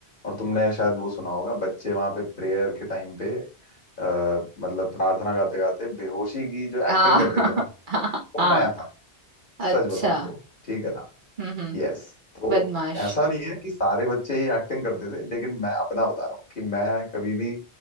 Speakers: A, on the left (about 50°); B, on the right (about 50°).
A: और तुमने शायद वो सुना होगा बच्चे वहां पे प्रेयर के टाइम पे आ, मतलब प्रार्थना गाते गाते बेहोशी की जो
B: हाँ
A: एक्टिंग करते थे ना
B: <laughs>
A: वो
B: हाँ
A: मैं था
B: अच्छा
A: सच बताऊं तो ठीक है
B: हम्म हम्म
A: यस तो
B: बदमाश
A: ऐसा नहीं है कि सारे बच्चे ही एक्टिंग करते थे लेकिन मैं अपना बता रहा हूँ कि मैं कभी भी